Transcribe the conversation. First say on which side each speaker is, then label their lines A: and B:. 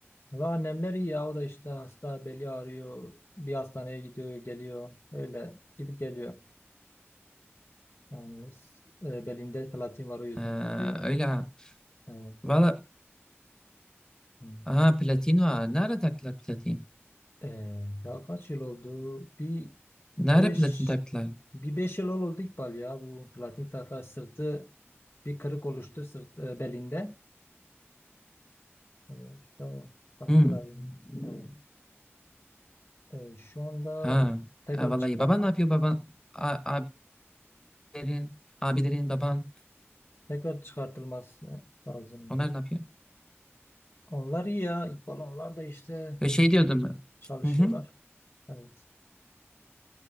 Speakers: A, on the left (about 60°); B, on the left (about 15°).
A: Ve annemler iyi ya. O da işte hasta beli ağrıyor. Bir hastaneye gidiyor geliyor. Öyle gidip geliyor. Yani, s- e, belinde platin var o yüzden
B: Ha,
A: ağrıyor.
B: öyle ha.
A: Evet.
B: Valla
A: Hmm.
B: ha platin var. Nerede taktılar platin?
A: Ee, daha kaç yıl oldu? Bir beş
B: Nerede platin taktılar?
A: bir beş yıl oldu İkbal ya bu platin takla sırtı bir kırık oluştu sırt e, belinde. Ee, İşte taktılar.
B: Hmm.
A: yani. Evet. Ee, şu anda
B: Ha.
A: tekrar
B: Ha, vallahi
A: çıkar
B: baban ne yapıyor baban? A- abilerin, abilerin baban
A: tekrar çıkartılması lazımdı.
B: onlar ne yapıyor?
A: Onlar iyi ya İkbal onlar da işte
B: Ya şey diyordum ben.
A: çalışıyorlar.
B: Hı hı.
A: Evet.